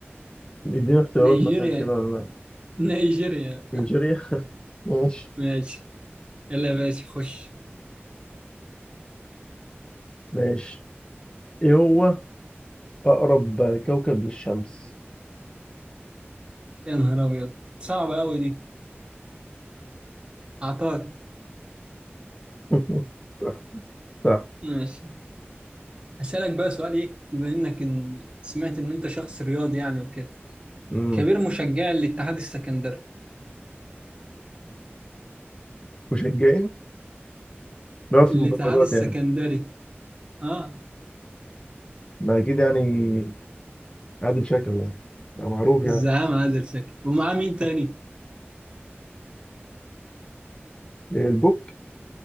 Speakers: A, on the left (about 20°); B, on the right (about 25°).
A: ادينا اختيارات
B: نيجيريا
A: مثلا كده ولا لا
B: <laughs> نيجيريا
A: نيجيريا <laughs> ماشي
B: ماشي يلا يا باشا خش
A: ماشي ايه هو أقرب كوكب للشمس
B: يا نهار أبيض صعبة أوي دي عطار
A: <laughs> صح صح
B: ماشي أسألك بقى سؤال إيه بما إنك إن سمعت إن أنت شخص رياضي يعني وكده
A: امم
B: كبير مشجع للاتحاد السكندري
A: مشجعين بنقعد
B: الاتحاد
A: في المدرجات
B: السكندري
A: يعني
B: آه
A: ما اكيد يعني عادل شكل يعني ده معروف يعني
B: الزعامة عادل شكل ومعاه مين تاني
A: إيه، البوك